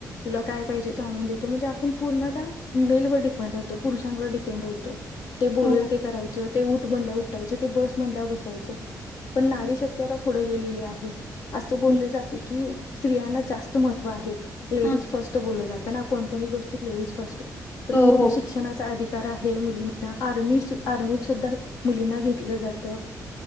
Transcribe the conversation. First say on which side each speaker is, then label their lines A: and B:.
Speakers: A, on the left; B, on the left.
A: तुला काय पाहिजे त आणून देतो म्हणजे आपण पूर्ण त्या मेलवर डिपेंड होतो पुरुषांवर डिपेंड होतो ते बोलेल
B: हो
A: ते करायचं ते उठ ऊठ म्हणल्याव उठायचं ते बस म्हणल्यावर बसायचं पण नारी शक्ती आता पुढे गेलेली आहे असं बोलले
B: हो
A: जाते की स्त्रियांना जास्त महत्त्व आहे लेडीज
B: हा,
A: फर्स्ट बोललं जातं ना कोणत्याही गोष्टीत लेडीज फर्स्ट तर
B: हो
A: पूर्ण
B: हो
A: शिक्षणाचा अधिकार आहे मुलीं आर्मी आर्मीत सुद्धा मुलींना घेतलं जात